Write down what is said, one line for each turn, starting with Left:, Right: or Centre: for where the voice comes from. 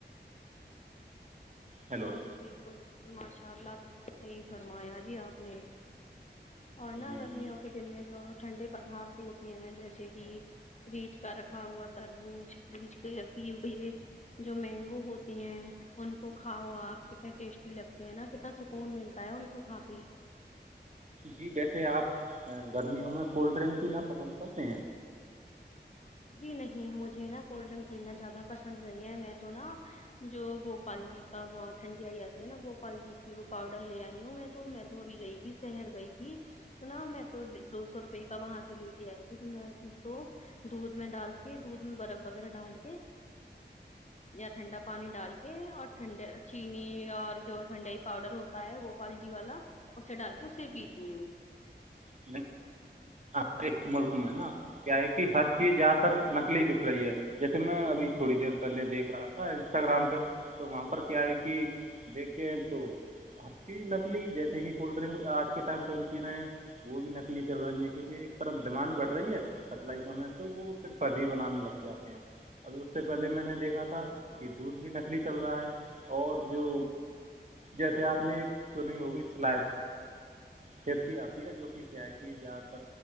Right: ہیلو
Left: ہاں جی بالکل بالکل ماشاء اللہ بالکل صحیح فرمایا جی آپ نے اور نہ
Right: جی
Left: گرمیوں
Right: جی
Left: کے دن میں جو ٹھنڈے پدارت ہوتے ہیں جیسے کہ فریج کا رکھا ہوا تربوج فریج کے <inaudible> کی ہو جو مینگو ہوتی ہیں ان کو کھاؤ آپ کتنے ٹیسٹی لگتے ہیں نا کتنا سکون ملتا ہے ان کو کھا کے
Right: جی ویسے آپ گرمیوں میں کولڈ ڈرنک بھیینا پسند کرتے ہیں
Left: جی نہیں مجھے نا کولڈ ڈرنک پیننا زیادہ پسند نہیں ہے میں تو نا جو گوپال جی کا وہ ٹھنڈی آئی جاتی ہے نا گوپال جی کی وہ پاؤڈر لے آئی ہوں میں تو میں تو ابھی گئی شہر گئی تھی توناا میں تو دو سو روپے کا وہاں سے لے کے آئی تھی کہ میں تو دودھ میں ڈال کے دودھ میں برف وغیرہ ڈال کےڈ ٹھنڈا پانی ڈال کے اور ٹھنڈے چینی اور جو ٹھنڈائی پاؤڈر ہوتا تا ہے گوپال جی والا اسے ڈال کے اسے
Right: جی
Left: پیتی ہوں
Right: جی ایک ملک میں نا کیا ہے کہ ہر چیز زیادہ تر نکلی بک رہی ہے جیسے میں ابھی تھوڑی دیر پہلے دیکھ رہا تھا انسٹاگرام پہ تو وہاں پر کیا ہے کہ دیکھے ہیں تو ہر چیز نکلی جیسے کہ کولڈ ڈرنک آج کے ٹائم ٹم چی رہے ہیں وہ بھی نکلی چل رہی ہیں کیونکہ ایک طرف ڈیمانڈ بڑھ رہی ہے سپلائی ک میں ہے تو وہ پھر فرضی بنانے لگتے جاتے ہیں ابھی اس سے پہلے میں نے دیکھا تھا کہ دودھ بھی نکلی چل رہا ہے اور جو جیسے آپ نے سنی ہوگی سلائ سیفٹی آتی ہے جو کہ کیا ہے کہ زیادہ تر